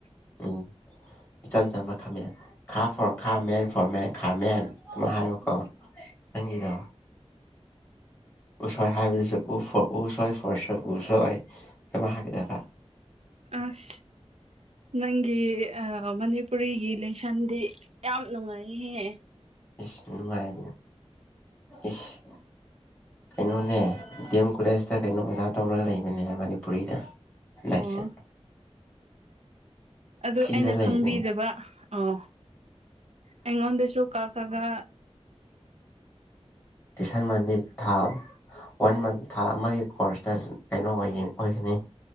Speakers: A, on the left (about 15°); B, on the right (about 70°).
A: ꯎꯝ ꯏꯆꯝ ꯆꯝꯕ ꯈꯥꯃꯦꯟ ꯈꯥ ꯐꯣꯔ ꯈꯥ ꯃꯦꯟ ꯐꯣꯔ ꯃꯦꯟ ꯈꯥ ꯃꯦꯟ ꯑꯗꯨꯃꯥꯏ ꯍꯥꯏꯔꯣꯀꯣ ꯅꯪꯒꯤꯗꯣ ꯎꯁꯣꯏ ꯍꯥꯏꯕꯗꯨꯁꯨ ꯎ ꯐꯣꯔ ꯎ ꯁꯣꯏ ꯐꯣꯔ ꯁꯣꯏ ꯎ ꯁꯣꯏ ꯍꯥꯏꯒꯗꯕ
B: ꯑꯁ ꯅꯪꯒꯤ ꯃꯅꯤꯄꯨꯔꯤꯒꯤ ꯂꯥꯏꯁꯟꯗꯤ ꯌꯥꯝ ꯅꯨꯡꯉꯥꯏꯍꯦ
A: ꯏꯁ ꯅꯨꯡꯉꯥꯏꯕꯅꯦ ꯏꯁ ꯀꯩꯅꯣꯅꯦ ꯗꯤ ꯑꯦꯝ ꯀꯣꯂꯦꯖꯇ ꯀꯩꯅꯣ ꯑꯣꯖꯥ ꯇꯧꯔꯒ ꯂꯩꯕꯅꯦ ꯃꯅꯤꯄꯨꯔꯤꯗ ꯍꯟꯗꯛꯁꯦ
B: ꯑꯣ ꯑꯗꯨ
A: ꯐ꯭ꯔꯤꯗ
B: ꯑꯩꯅ
A: ꯂꯩꯕꯅꯦ
B: ꯈꯪꯕꯤꯗꯕ ꯑꯣ ꯑꯩꯉꯣꯟꯗꯁꯨ ꯀ ꯀ ꯈ
A: ꯀꯁꯥꯟ ꯃꯙ ꯊꯥ ꯋꯥꯟ ꯃꯟ ꯊꯥ ꯑꯃꯒꯤ ꯀꯣꯔꯁꯇ ꯀꯩꯅꯣ ꯑꯣꯏꯒꯅꯤ